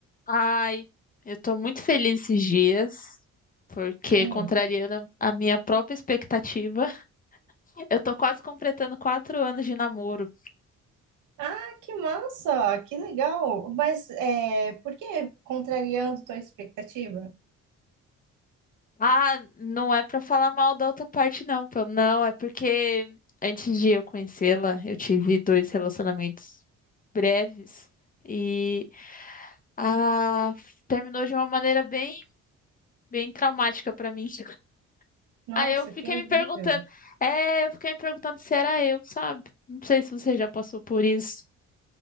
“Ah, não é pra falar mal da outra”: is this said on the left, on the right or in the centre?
Left